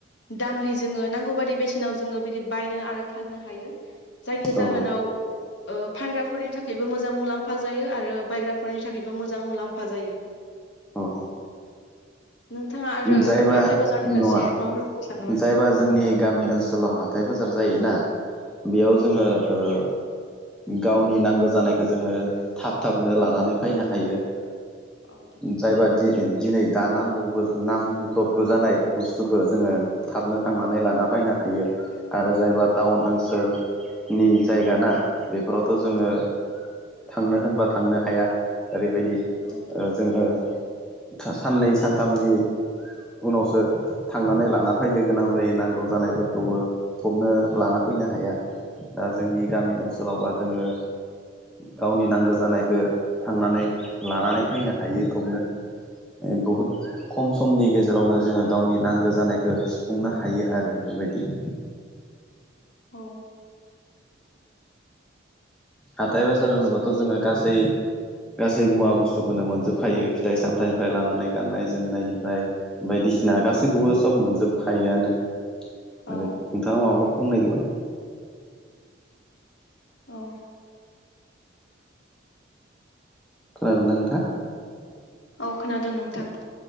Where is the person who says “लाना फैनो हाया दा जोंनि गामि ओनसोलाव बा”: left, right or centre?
Centre